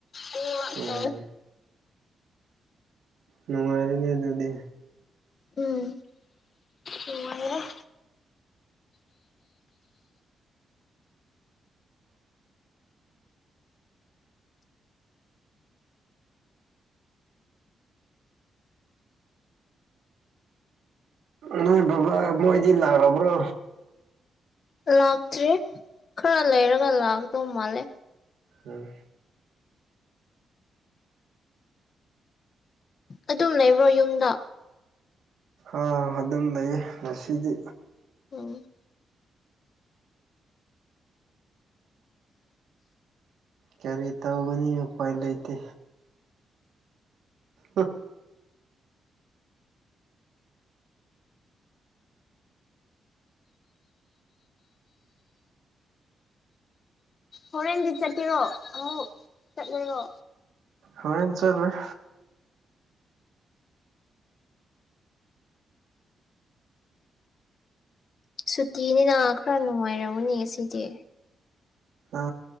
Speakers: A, on the left (about 45°); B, on the right (about 75°).
A: ꯑꯅꯤꯃꯛ
B: ꯎꯝ
A: ꯇꯧꯋꯦ
B: ꯅꯨꯡꯉꯥꯏꯔꯦꯅꯦ ꯑꯗꯨꯗꯤ
A: ꯎꯝ ꯅꯨꯉꯥꯢꯔꯦ
B: ꯅꯣꯏ ꯕꯕꯥ ꯃꯣꯏꯗꯤ ꯂꯥꯛꯔꯕ꯭ꯔꯣ
A: ꯂꯥꯛꯇ꯭ꯔꯤ ꯈꯔ ꯂꯩꯔꯒ ꯂꯥꯛꯗꯧ ꯃꯥꯜꯂꯦ
B: ꯎꯝ
A: ꯑꯗꯨꯝ ꯂꯩꯕ꯭ꯔꯣ ꯌꯨꯝꯗ
B: ꯑꯥ ꯑꯗꯨꯝ ꯂꯩꯌꯦ ꯉꯁꯤꯗꯤ
A: ꯎꯝ
B: ꯀꯔꯤ ꯇꯧꯒꯅꯤ ꯎꯄꯥꯏ ꯂꯩꯇꯦ ꯍꯝ
A: ꯍꯣꯔꯦꯟꯗꯤ ꯆꯠꯄꯤꯔꯣ ꯑꯃꯨꯛ ꯆꯠꯂꯣꯏꯔꯣ
B: ꯍꯧꯔꯦꯟ ꯆꯂꯣꯢ
A: ꯁꯨꯇꯤꯅꯤꯅ ꯈꯔ ꯅꯨꯡꯉꯥꯏꯔꯝꯒꯅꯤ ꯉ ꯁꯤꯗꯤ
B: ꯑ